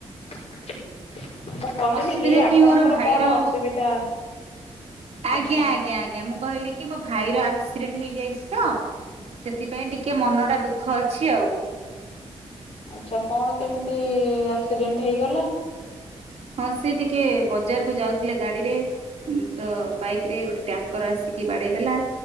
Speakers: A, on the left; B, on the right.
A: <unintelligible> କହିଲି
B: ଅସୁବିଧା କି
A: ଆପଣଙ୍କର
B: ମୋର ଭାଇର,
A: କଣ ଅସୁବିଧା
B: ଆଜ୍ଞା
A: ଆଚ୍ଛା।
B: ଆଜ୍ଞା ଆଜ୍ଞା ମୁଁ କହିଲି କି ମୋ ଭାଇ ର ଆକ୍ସିଡେଣ୍ଟ ହେଇଯାଇଛି ତ ସେଥିପାଇଁ ଟିକେ ମନ ଟା ଦୁଃଖ ଅଛି ଆଉ।
A: ଆଚ୍ଛା କଣ କେମିତି ଆକ୍ସିଡେଣ୍ଟ ହେଇଗଲା।
B: ହଁ ସେ ଟିକେ ବଜାର କୁ ଯାଉଥିଲେ ଗାଡିରେ ତ ବାଇକ ରେ ଗୋଟେ ଟ୍ୟାଙ୍କର ଆସିକି ବାଡେଇ ଦେେଲା